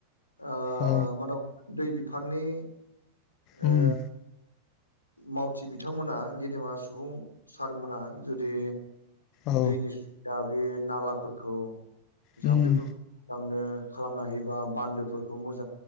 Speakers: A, on the left; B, on the left.
A: ओ
B: औ
A: मानग। दै बिफाननि
B: उम
A: ओ मावथि बिथांमोना गेदेमा सुबुं सारमोना जुदि
B: औ
A: दैनि सुबदा बे नालाफोरखौ
B: उम
A: जाम्फैफोरखौ लांनो। खालामना होयोबा बान्दोफोरखौ मोज